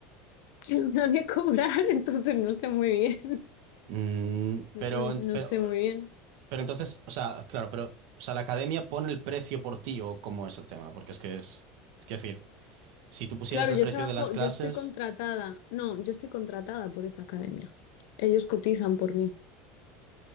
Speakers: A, on the left; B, on the right.
A: <laughs> de cobrar, entonces no sé muy bien.
B: Mm,
A: No
B: pero,
A: sé, no
B: pero,
A: sé muy bien.
B: Pero entonces, o sea, claro, pero, o sea, la academia pone el precio por ti o cómo es el tema, porque es que es, es que decir, si tú pusieras
A: Claro,
B: el
A: yo
B: precio
A: trabajo,
B: de las clases,
A: yo estoy contratada. No, yo estoy contratada por esa academia. Ellos cotizan por mí.